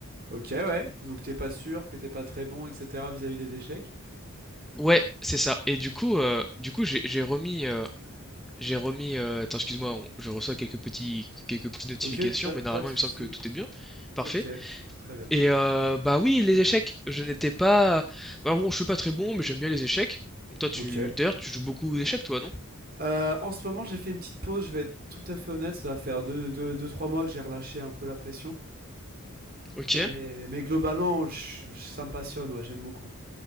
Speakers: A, on the right; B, in the centre.
A: Ok, ouais. Donc t'es pas sûr que t'es pas très bon, etc. vis-à-vis des échecs.
B: Ouais, c'est ça. Et du coup, euh, du coup, j'ai j'ai remis, euh, j'ai remis. euh, attends, excuse-moi, on- je reçois quelques petits, quelques petites notifications,
A: Ok, t- pas,
B: mais
A: pas
B: normalement,
A: de souci.
B: il me semble que tout est bien, parfait.
A: Ok, très bien.
B: Et euh, bah oui, les échecs. Je n'étais pas. Bah bon, je suis pas très bon, mais j'aime bien les échecs. Donc toi, tu
A: Ok.
B: d'ailleurs, tu joues beaucoup aux échecs, toi, non?
A: Euh, en ce moment, j'ai fait une petite pause. Je vais être tout à fait honnête. Ça va faire deux, deux- deux, trois mois que j'ai relâché un peu la pression.
B: Ok,
A: Mais, mais globalement, je- je- ça me passionne. Ouais, j'aime beaucoup.